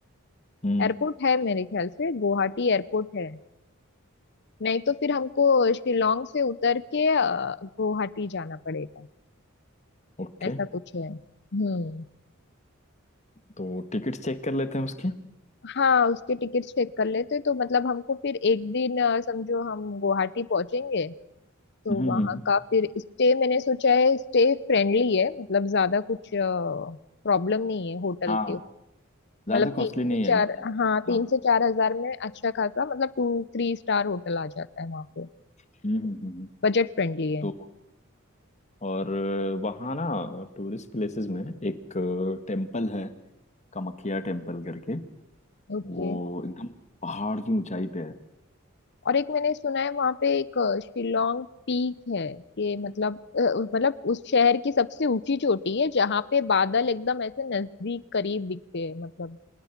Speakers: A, on the left; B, on the left.
A: हम्म
B: एयरपोर्ट है मेरे ख्याल से गुवाहाटी एयरपोर्ट है नहीं तो फिर हमको शिलोंग से उतर के अ, गुवाहाटी जाना पड़ेगा
A: ओके
B: ऐसा कुछ है हम्म
A: तो टिकट्स चेक कर लेते हैं उसके
B: हाँ उसके टिकट्स चेक कर लेते तो मतलब हमको फिर एक दिन अ, समझो हम गुवाहाटी पहुंचेंगे तो
A: हम्म हम्म
B: वहाँ
A: हम्म,
B: का फिर स्टे मैंने सोचा है स्टे फ्रेंडली है मतलब ज्यादा कुछ प्रॉब्लम नहीं है होटल
A: हाँ
B: के मतलब
A: ज़्यादा कॉस्टली
B: तीन
A: नहीं
B: से
A: है
B: चार हाँ तीन
A: हाँ
B: से चार हजार में अच्छा खासा मतलब टू थ्री स्टार होटल आ जाता है वहाँ पे
A: हम्म हम्म, हम्म। हम्म।
B: बजट फ्रेंडली है
A: तो और वहाँ ना टूरिस्ट प्लेसेस में एक टेम्पल है कामाख्या टेम्पल करके
B: ओके
A: वो एकदम पहाड़ की ऊंचाई पे है
B: और एक मैंने सुना है वहां पे एक अ, शिलोंग पीक है कि मतलब अ, मतलब उस शहर की सबसे ऊंची चोटी है जहाँ पे बादल एकदम ऐसे नजदीक करीब दिखते हैं मतलब